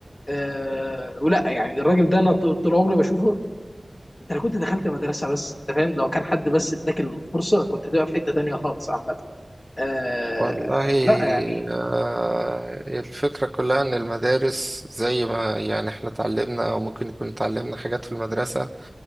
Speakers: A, on the left; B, on the right.
A: آه ولا يعني الراجل ده أنا طول طول عمري بشوفه أنت لو كنت دخلت مدرسة بس أنت فاهم لو كان حد بس إداك الفرصة كنت هتبقى في حتة تانية خالص عامة آه
B: والله
A: لا يعني
B: آه، الفكرة كلها إن المدارس زي ما يعني إحنا اتعلمنا أو ممكن نكون اتعلمنا حاجات في المدرسة